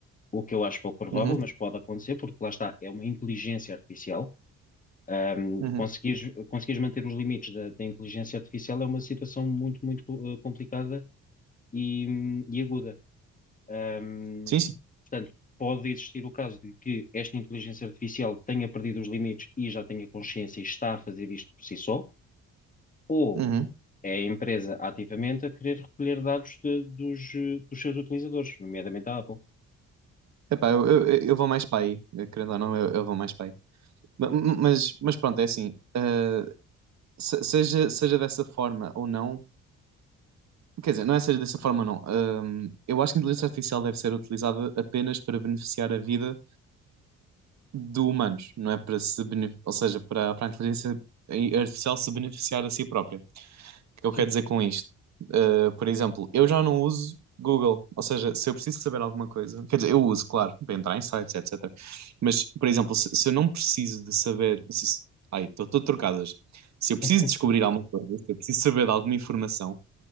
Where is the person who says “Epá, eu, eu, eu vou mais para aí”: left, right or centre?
Right